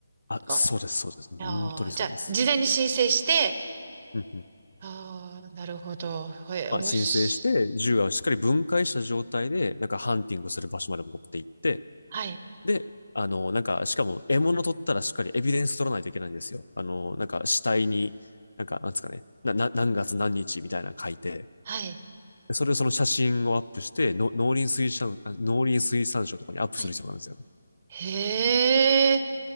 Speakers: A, on the left; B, on the right.
A: あ、
B: か
A: そうです、そうです。
B: ああじゃあ、
A: 本当にそうです。
B: 事前に申請して、
A: うんうん
B: ああ、なるほど。え、
A: まあ、
B: おもし、
A: 申請して、銃がしっかり分解した状態で、
B: うん
A: なんか、ハンティングする場所まで持って行って、
B: はい、
A: で、あの、なんか、しかも、獲物取ったらしっかりエビデンス取らないといけないんですよ。あの、なんか、死体に、なんか、なんですかね、な、な何月何日みたいなの書いて、
B: はい、
A: それをその写真をアップして、の農林水産、あ農林水産省とかにアップする必要があるんですよね。
B: はい。へえ、